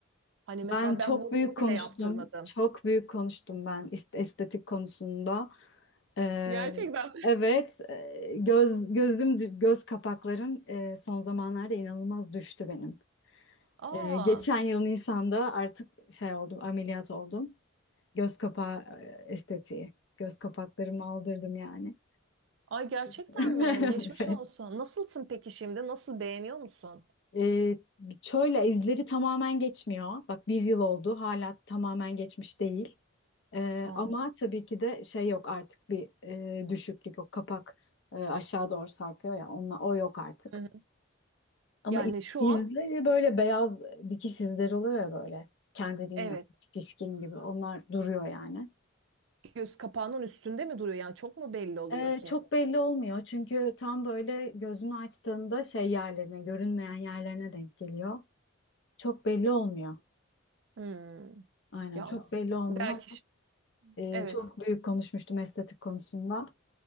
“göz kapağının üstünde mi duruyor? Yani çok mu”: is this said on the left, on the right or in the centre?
Right